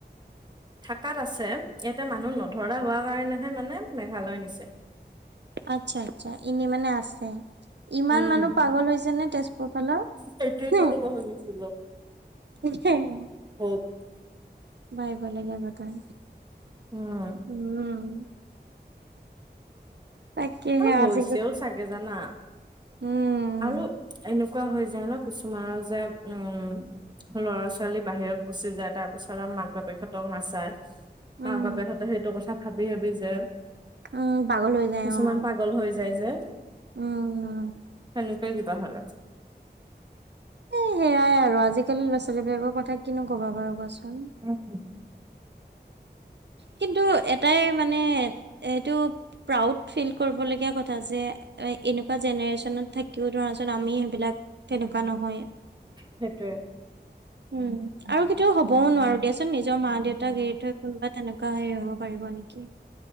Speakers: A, on the right (about 25°); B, on the right (about 80°).
A: থাকাত আছে ইয়াতে মানুহ নধৰা হোৱাৰ কাৰণেহে মানে মেঘালয় নিছে।
B: আচ্ছা আচ্ছা এনে মানে আছে। ইমান
A: উম
B: মানুহ পাগল হৈছে নে তেজপুৰ ফালৰ।
A: সেইটোৱেতো
B: উ
A: ক'ব খুজিছিলো
B: <unintelligible>
A: উম।
B: বাই ভাল যাব তাৰ
A: উম
B: উম। তাকেহে
A: আৰু হৈছেও
B: আজি
A: চাগে জানা
B: উম
A: আৰু এনেকুৱা কোৱা হৈ যায় ন কিছুমানৰ যে উম ল'ৰা ছোৱালী বাহিৰত গুচি যায় তাৰ পিছত আৰু মাক বাপেকহঁতক নাচায়।
B: উম
A: মাক বাপেহঁতে সেইটো কথা ভাবি ভাবি যে
B: উ, পাগলৈ হৈ যাই
A: কিছুমান
B: অ'।
A: পাগল হৈ যায় যে
B: উম
A: সেনেকুৱাই কিবা হয়।
B: এ সেয়াই আৰু আজিকালি ল'ৰা ছোৱালী বিলাকৰ কথা কিনো কবা বাৰু কোৱাচোন।
A: উম।
B: কিন্তু এটাই মানে এইটো প্ৰাউড ফিল কৰিবলগীয়া কথা যে। এনেকুৱা জেনেৰেশ্যনত থাকিও ধৰাচোন আমি সেইবিলাক তেনেকুৱা নহয়।
A: সেইটোয়ে।
B: উম আৰু কেতিয়া হবও নোৱাৰো দিয়াচোন নিজৰ মা দেউতাক এৰি থৈ কা তেনেকুৱা হেৰি হ'ব পাৰিব নেকি।